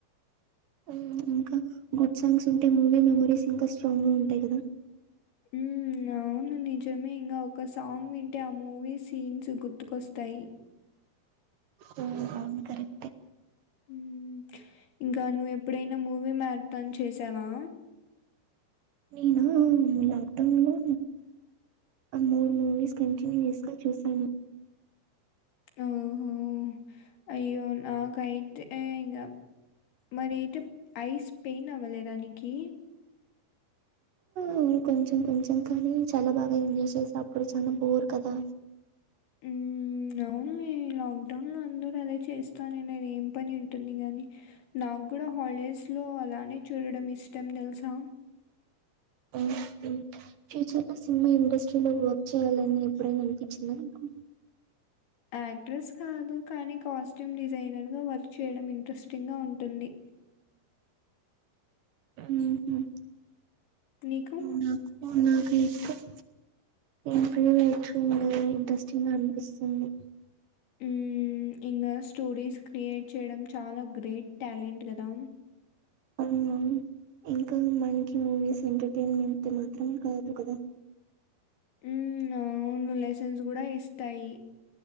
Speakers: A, on the right (about 65°); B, on the left (about 65°).
A: ఉమ్ ఇంకా గుడ్ సాంగ్స్ ఉంటే మూవీ మెమరీస్ ఇంకా స్ట్రాంగ్ గా ఉంటాయి కదా
B: హ్మ్ అవు అవును నిజమే ఇంగా ఒక సాంగ్ వింటే ఆ మూవీ సీన్స్ గుర్తుకొస్తాయి
A: హో అవును కరెక్
B: హ్మ్ ఇంకా నువ్ ఎప్పుడైనా మూవీ మ్యారథాన్ చేసావా
A: నేనా లాక్డౌన్ లో ఆ మూడు మూవీస్ కంటిన్యూస్ గా చూసాను
B: ఓహో! అయ్యో నాకైతే ఇంగ మరి అయితే ఐస్ పెయిన్ అవ్వలేదా నీకి
A: అవును కొంచెం కొంచెం కానీ చాలా బాగా ఎంజాయ్ చేసా అప్పుడు చాలా బోర్ కదా
B: హ్మ్ అవున్లే లాక్డౌన్ లో అందరూ అదే చేస్తానినారు ఏం పని ఉంటుంది గాని నాక్కూడా హాలిడేస్లో అలానే చూడడం ఇష్టం తెలుసా
A: మ్మ్ హ్మ్ ఫ్యూచర్ లో సినిమా ఇండస్ట్రీలో వర్క్ చేయాలని ఎప్పుడైనా అనిపించిందా నీకు
B: యాక్ట్రెస్ కాదు కానీ కాస్ట్యూమ్ డిజైనర్గా వర్క్ చేయడం ఇంట్రెస్టింగ్ గా ఉంటుంది
A: మ్మ్ హుం
B: నీకు
A: నా నాకు ఎక్కువ్ ఇంట్లోనే <unintelligible> ఇంట్రెస్టింగ్ అనిపిస్తుంది
B: హ్మ్ ఇంకా స్టోరీస్ క్రియేట్ చేయడం చాలా గ్రేట్ టాలెంట్ కదా
A: అ ఇంకా మనకి మూవీస్ ఎంటర్టైన్మెంట్ మాత్రమే కాదు కదా
B: ఉమ్ అవును లైసెన్స్ కూడా ఇస్తాయి